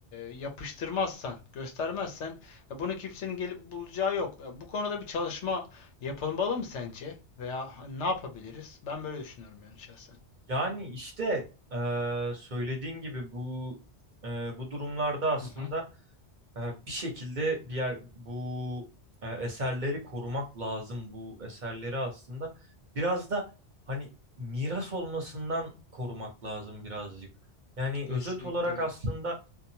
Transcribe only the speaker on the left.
yapıştırmazsan, göstermezsen e, bunu kimsenin gelip bulacağı yok. E, bu konuda bir çalışma yapılmalı mı sence? Veya ne yapabiliriz? Ben böyle düşünüyorum yani şahsen.
Hı hı.
Kesinlikle
öyle.